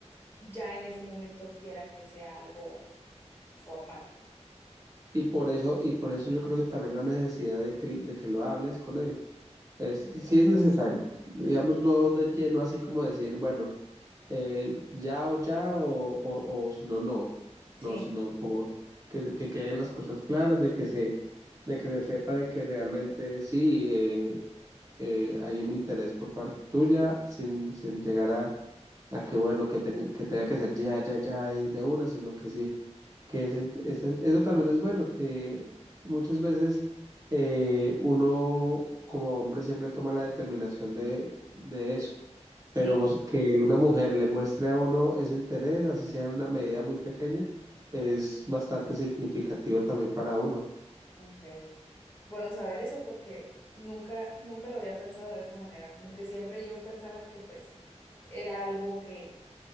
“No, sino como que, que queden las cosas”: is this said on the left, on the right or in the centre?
Right